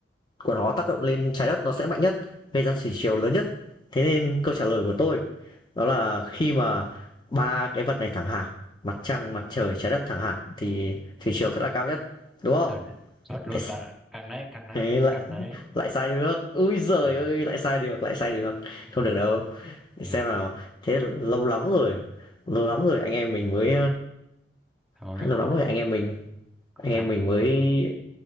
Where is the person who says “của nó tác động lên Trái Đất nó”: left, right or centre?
Left